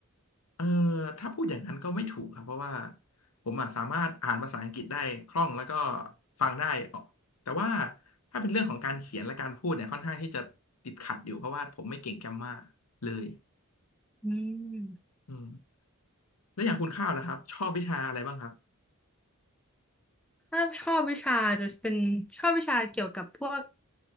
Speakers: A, on the left (about 85°); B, in the centre.
A: เออถ้าพูดอย่างนั้นก็ไม่ถูกครับเพราะว่าผมอะสามารถอ่านภาษาอังกฤษได้คล่องแล้วก็ฟังได้ออกแต่ว่าถ้าเป็นเรื่องของการเขียนและการพูดเนี่ยค่อนข้างที่จะติดขัดอยู่เพราะว่าผมไม่เก่งแกรมมาเลย
B: ๆอืม
A: อืมแล้วอย่างคุณข้าวนะครับชอบวิชาอะไรบ้างครับ
B: ถ้าชอบวิชาจะเป็นชอบวิชาเกี่ยวกับพวก